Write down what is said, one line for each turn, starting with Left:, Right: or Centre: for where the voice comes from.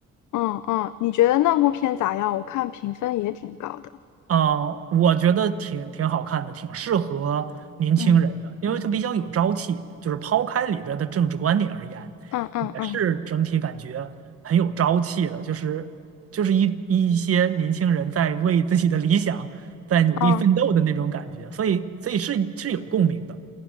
Left: 嗯嗯，你觉得那部片咋样？我看评分也挺高的。
Right: 啊，我觉得挺挺好看的，挺适合年轻人的，
Left: 嗯
Right: 因为它比较有朝气。就是抛开里边的政治观点而言，
Left: 嗯嗯嗯
Right: 也是整体感觉很有朝气的。就是就是一一些年轻人在为自己的理想在努力奋斗的那种感觉，
Left: 嗯，
Right: 所以所以是是有共鸣的